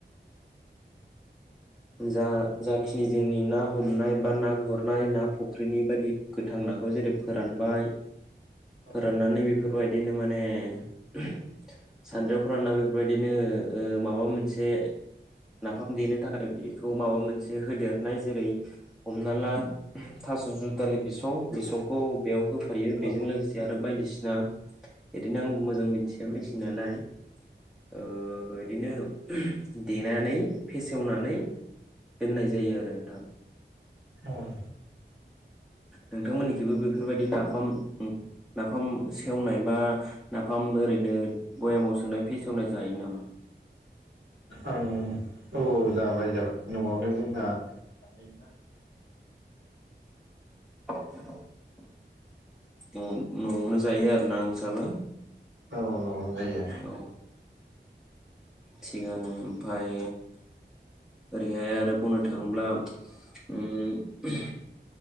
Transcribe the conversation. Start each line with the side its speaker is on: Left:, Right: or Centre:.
Centre: जा जाखिनि जोंनि ना हमनाय बा ना गुरनाय ना फुख्रिनि बायदि गोथां नाखौ जेरै फोरानबाय
Right: औ
Centre: फोराननानै बेफोरबायदिनो माने सानद्रियाव फोरानना बेफोरबायदिनो ओ माबा मोनसे नाफाम देनो थाखाय बेखौ माबा मोनसे होदेरनाय जेरै हमना ला थास जुदालि बिसं बिसंखौ बेयाव होफ फायो बेजों
Right: औ
Centre: लोगोसे आरो बायदिसिना इदिनो आं मोजां मिथिया मिथिनायालाय ओ बिदिनो देनानै फेसेवनानै दोनाय जायो आरो नोंथां
Right: आं
Centre: नोंथांमोननिखैबो बेफोरबायदि नाफाम नाफाम सेवनाय बा नाफाम ओरैनो बयामाव सोनाय फेसेवनाय जायो नामा
Right: आं औ जाबाय जाबाय नआवनो जों ह <inaudible>
Centre: <unintelligible> न नआवनो जायो आरो ना नोंसाबो
Right: औ नवाव जायो
Centre: औ थिगानो ओमफाय ओरैहाय आरो बुंनो थाङोब्ला ओम